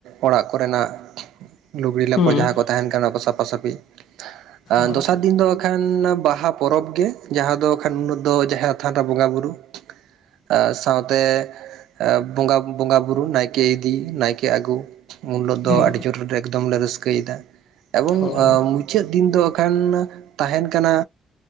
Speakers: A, on the right; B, on the left.
A: ᱚᱲᱟᱜ ᱠᱚᱨᱮᱱᱟᱼᱜ ᱞᱩᱜᱽᱲᱤ ᱞᱟᱯᱚ
B: ᱦᱩᱸ
A: ᱡᱟᱦᱟᱸ ᱠᱚ ᱛᱟᱦᱮᱱ ᱠᱟᱱᱟ ᱚᱱᱟᱠᱚ ᱥᱟᱯᱷᱟ ᱥᱟᱹᱯᱷᱤ ᱮ
B: ᱦᱳᱭ
A: ᱫᱚᱥᱟᱨ ᱫᱤᱱ ᱫᱚ ᱮᱠᱷᱟᱱ ᱵᱟ ᱦᱟ ᱯᱚᱨᱚᱵᱽ ᱜᱮ ᱡᱟᱦᱟᱸ ᱫᱚ ᱠᱷᱟᱱ ᱫᱚ ᱡᱟᱦᱟᱸᱭᱟᱜ ᱛᱷᱟᱱ ᱨᱮ ᱵᱚᱸᱜᱟ ᱵᱩᱨᱩ᱾ ᱟᱸᱜ ᱥᱟᱶᱛᱮ ᱵᱚᱸᱜᱟ ᱵᱚᱸᱜᱟ ᱵᱩᱨᱩ ᱱᱟᱭᱠᱮ ᱤᱫᱤ ᱱᱟᱭᱠᱮ ᱟᱜᱩ ᱩᱱᱞᱚᱜ
B: ᱦᱩᱸ
A: ᱫᱚ ᱟᱹᱰᱤ ᱡᱳᱨ ᱮᱠᱫᱚᱢ ᱞᱮ ᱨᱟᱹᱥᱠᱟᱹᱭᱮᱫᱟ ᱮᱵᱚᱝ
B: ᱦᱳᱭ ᱦᱳᱭ
A: ᱟᱼᱼ ᱢᱩᱪᱟᱹᱫ ᱫᱤᱱ ᱫᱚ ᱠᱷᱟᱱ ᱛᱟᱦᱮᱱ ᱠᱟᱱᱟ